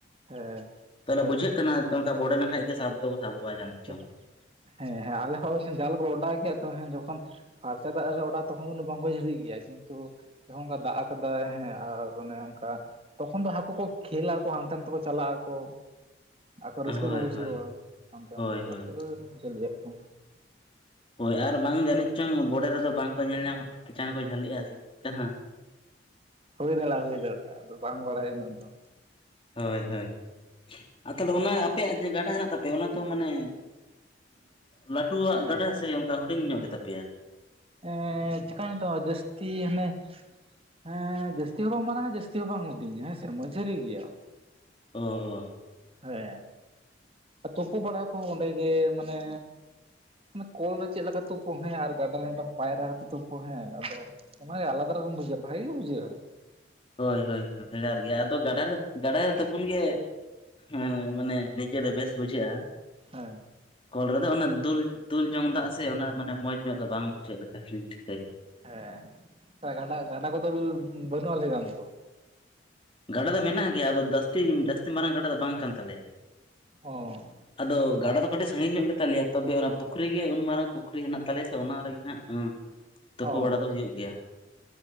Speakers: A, on the right (about 30°); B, on the left (about 30°).
A: ᱦᱮᱸ
B: ᱛᱟᱦᱞᱮ
A: ᱛᱚ
B: ᱵᱩᱡᱷᱟᱹᱜ ᱠᱟᱱᱟ ᱚᱱᱠᱟ ᱵᱚᱰᱮ ᱞᱮᱱᱠᱷᱟᱡ ᱜᱮ ᱥᱟᱵ ᱫᱚᱠᱚ ᱥᱟᱵᱚᱜᱼᱟ ᱡᱟᱱᱤᱡ
A: ᱛᱮ <unintelligible> ᱦᱮᱸ ᱦᱮᱸ ᱟᱞᱮ ᱦᱚᱸ ᱡᱟᱞ ᱠᱚᱞᱮ ᱚᱰᱟᱣ ᱜᱮᱭᱟ ᱛᱚ ᱦᱮᱸ ᱡᱚᱠᱷᱚᱱ ᱯᱷᱟᱨᱪᱟ ᱫᱟᱜ ᱨᱮ ᱞᱮ ᱚᱰᱟᱣ ᱛᱚᱠᱷᱚᱱ ᱠᱤᱱᱛᱩ ᱵᱟᱝ ᱦᱳᱭ ᱡᱷᱟᱹᱞᱤᱜ ᱜᱮᱭᱟᱭ ᱠᱤᱱᱛᱩ ᱡᱚᱠᱷᱚᱱ ᱚᱱᱠᱟ ᱫᱟᱜ ᱟᱠᱟᱫᱟᱭ ᱦᱮᱸ ᱟᱨ ᱚᱱᱮ ᱚᱝᱠᱟ ᱛᱚᱠᱷᱚᱱ ᱫᱚ ᱦᱟᱠᱳ ᱠᱚ ᱠᱷᱮᱹᱞ ᱟᱠᱚ ᱦᱟᱱᱛᱮ ᱱᱟᱛᱮᱠᱚ ᱪᱟᱞᱟᱜ ᱟᱠᱚ ᱟᱠᱚ ᱨᱟᱹᱥᱠᱟᱹ
B: ᱦᱳᱭ
A: ᱠᱚ ᱵᱩᱡᱷᱟᱹᱣᱟ
B: ᱦᱳᱭ
A: ᱛᱚ
B: ᱦᱳᱭ
A: ᱚᱱᱠᱟ
B: ᱦᱳᱭ
A: ᱛᱮᱜᱮ ᱡᱷᱟᱹᱞᱤᱜ ᱟᱠᱚ
B: ᱦᱳᱭ ᱟᱨ ᱵᱟᱝ ᱡᱟᱹᱱᱤᱡ ᱪᱚᱝ ᱵᱚᱰᱮ ᱨᱮᱫᱚ ᱵᱟᱝᱠᱚ ᱧᱮᱞ ᱧᱟᱢ ᱛᱮ ᱪᱟᱬᱮ ᱠᱚ ᱡᱷᱟᱹᱞᱤᱜᱼᱟ ᱥᱮ ᱪᱮᱫᱠᱟ?
A: ᱦᱩᱭ ᱫᱟᱲᱮᱭᱟᱜᱼᱟ ᱦᱩᱭ ᱫᱟᱲᱮᱭᱟᱜᱼᱟ ᱟᱫᱚ ᱵᱟᱝ ᱵᱟᱲᱟᱭ ᱩᱱᱟᱹᱜ ᱫᱚ᱾
B: ᱦᱳᱭ ᱦᱳᱭ ᱟᱨ ᱛᱟᱦᱞᱮ ᱚᱱᱟ ᱟᱯᱮᱭᱟᱜ ᱡᱮᱹ ᱜᱟᱰᱟ ᱦᱮᱱᱟᱜ ᱛᱟᱯᱮᱭᱟ ᱚᱱᱟ ᱛᱚ ᱢᱟᱱᱮ ᱞᱟᱹᱴᱩᱣᱟᱜ
A: ᱦᱮᱸ
B: ᱜᱟᱰᱟ ᱥᱮ ᱚᱱᱠᱟ ᱦᱩᱰᱤᱧ ᱧᱚᱜ ᱜᱮᱛᱟ ᱯᱮᱭᱟ?
A: ᱮᱻ ᱪᱮᱠᱟᱭᱟᱹᱧ ᱱᱮᱛᱚᱜ ᱡᱟᱹᱥᱛᱤ ᱦᱟᱱᱮ ᱮᱸ ᱦᱚᱸ <unintelligible> ᱡᱟᱹᱥᱛᱤ ᱦᱚᱸ ᱵᱟᱝ ᱦᱩᱰᱤᱧ ᱦᱮᱸ ᱥᱮ ᱢᱟᱡᱷᱟᱹᱨᱤ ᱜᱮᱭᱟ᱾
B: ᱚ ᱚ
A: ᱦᱮᱸ ᱛᱩᱯᱩ ᱵᱟᱲᱟ ᱠᱚ ᱚᱸᱰᱮ ᱜᱮ ᱢᱟᱱᱮ ᱟᱱᱟ ᱠᱚᱞ ᱨᱮ ᱪᱮᱫ ᱞᱮᱠᱟ ᱛᱩᱯᱚᱜ ᱦᱮᱸ ᱟᱨ ᱜᱟᱰᱟ ᱨᱮ ᱯᱟᱭᱨᱟ ᱠᱟᱛᱮᱜ ᱛᱩᱯᱚᱜ ᱦᱮᱸ ᱟᱫᱚ ᱚᱱᱟ ᱟᱞᱟᱫᱟ ᱨᱚᱠᱚᱢ ᱵᱩᱡᱷᱟᱹᱜᱼᱟ ᱵᱷᱟᱜᱮ ᱜᱮ ᱵᱩᱡᱷᱟᱹᱜᱼᱟ᱾
B: ᱦᱳᱭ ᱦᱳᱭ ᱵᱷᱮᱜᱟᱨ ᱜᱮᱭᱟ ᱟᱫᱚ ᱜᱟᱰᱟ ᱨᱮ ᱜᱟᱰᱟ ᱨᱮ ᱛᱩᱯᱩᱱ ᱜᱮ ᱦᱮᱸ ᱢᱟᱱᱮ ᱱᱤᱡᱮ ᱨᱮ ᱵᱮᱥ ᱵᱩᱡᱷᱟᱹᱜᱼᱟ᱾
A: ᱦᱮᱸ
B: ᱠᱚᱞ ᱨᱮᱫᱚ ᱚᱱᱟ ᱫᱩᱞ ᱫᱩᱞ ᱡᱚᱝ ᱫᱟᱜ ᱥᱮ ᱚᱱᱟ ᱢᱟᱱᱮ ᱢᱚᱸᱡᱽ ᱧᱚᱜ ᱫᱚ ᱵᱟᱝ ᱵᱩᱡᱷᱟᱹᱜᱼᱟ ᱞᱮ ᱛᱟᱹᱠᱞᱤᱯ ᱛᱮ
A: ᱦᱮᱸ ᱜᱟᱰᱟ ᱜᱟᱰᱟ ᱠᱚᱫᱚ ᱵᱟᱹᱱᱩᱜᱼᱟ ᱞᱟᱹᱭᱮᱫᱟᱢ ᱛᱚ
B: ᱜᱟᱰᱟ ᱫᱚ ᱢᱮᱱᱟᱜ ᱜᱮᱭᱟ ᱟᱫᱚ ᱡᱟᱹᱥᱛᱤ ᱡᱟᱹᱥᱛᱤ ᱢᱟᱨᱟᱝ ᱜᱟᱰᱟ ᱫᱚ ᱵᱟᱝ ᱠᱟᱱ ᱛᱟᱞᱮᱭᱟ
A: ᱦᱚᱸ
B: ᱟᱫᱚ ᱜᱟᱰᱟ ᱫᱚ ᱠᱟᱹᱴᱤᱡ ᱥᱟᱺᱜᱤᱧ ᱧᱚᱜ ᱜᱮᱛᱟᱞᱮᱭᱟ ᱛᱚᱵᱮ ᱚᱱᱟ ᱯᱩᱠᱷᱨᱤᱤ ᱜᱮ ᱩᱱ ᱢᱟᱨᱟᱝ ᱯᱩᱠᱷᱨᱤ ᱢᱮᱱᱟᱜ ᱛᱟᱞᱮᱭᱟ ᱛᱚ ᱚᱱᱟ ᱨᱮᱜᱮ ᱦᱟᱸᱜ ᱛᱩᱯᱩ
A: ᱚ
B: ᱵᱟᱲᱟ ᱫᱚ ᱦᱩᱭᱩᱜ ᱜᱮᱭᱟ᱾